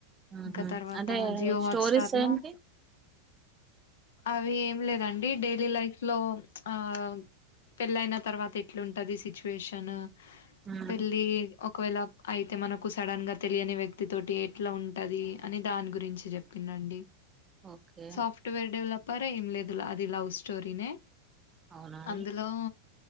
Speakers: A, on the right (about 20°); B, on the left (about 60°).
A: ఆహా
B: ఇంకా తర్వాత
A: అంటే
B: జియో హాట్
A: స్టోరీస్
B: స్టార్ లో
A: ఏంటి
B: అవి ఏం లేదండి డైలీ లైఫ్ లో ఆ పెళ్లయిన తర్వాత ఎట్లుంటది సిట్చువేషన్
A: ఉమ్
B: పెళ్లి ఒకవేళ అయితే మనకు సడన్ గా తెలియని వ్యక్తి తోటి ఎట్లా ఉంటది అని దాని గురించి చెప్పి నండి
A: ఓకే
B: సాఫ్ట్వేర్ డెవలపర్ ఏం లేదు అది లవ్ స్టోరీనే
A: అవునా అండి
B: అందులో